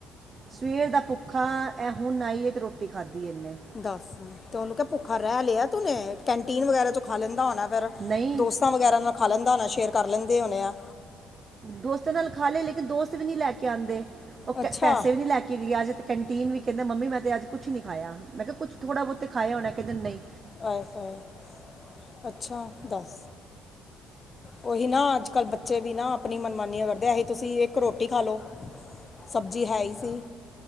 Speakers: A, on the right; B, on the left.
A: ਸਵੇਰ ਦਾ ਪੂੱਖਾ, ਐ ਹੁਣ ਆਈ ਤੇ ਰੋਟੀ ਖਾਦੀ ਏ ਏਨੇ।
B: ਦੱਸ, ਤੇ ਓਨੂ ਕੈ ਪੂੱਖਾ ਰੈ ਲਿਆ ਤੂਨੇ, ਕੈਂਟੀਨ ਵਗੈਰਾ ਚੋਂ ਖਾ ਲੈਂਦਾ ਹੋਣਾ ਫੇਰ।
A: ਨਈਂ।
B: ਤਾਂ ਵਗੈਰਾ ਨਾਲ ਖਾ ਲੈਂਦਾ ਹੋਣਾ, ਸ਼ੇਅਰ ਕਰ ਲੈਂਦੇ ਹੋਣੇ ਆ।
A: ਦੋਸਤਾਂ ਨਾਲ ਖਾਲੇ, ਲੇਕਿਨ ਦੋਸਤ ਵੀ ਨੀ ਲੈ ਕੇ ਆਂਦੇ, ਔ
B: ਅੱਛਾ
A: ਕ ਪੈਸੇ ਵੀ ਨੀ ਲੈ ਕੇ ਗਏ ਅੱਜ। ਕਂਟੀਨ ਵਿ ਕੈਦਾ, ਮੰਮੀ ਮੈਂ ਤੇ ਅੱਜ ਕੁਛ ਨੀ ਖਾਯਾ, ਮੈਂ ਕੇਆ ਕੁੱਛ ਥੋੜਾ -ਬੋਤ ਤੇ ਖਾਯਾ ਹੋਣਾ ਕੈਂਦਾ ਨਈਂ।
B: ਆਏ-ਹਾਏ! ਅੱਛਾ ਦੱਸ। ਓਹੀ ਨਾ ਅੱਜ-ਕੱਲ ਬੱਚੇ ਵੀ ਨਾ ਅਪਣੀ ਮਨਮਾਨੀਆਂ ਕਰਦੇ, ਐਹੀ ਤੁਸੀ ਏਕ ਰੋਟੀ ਖਾਲੋ। ਸਬਜ਼ੀ ਹੈ ਈ ਸੀ।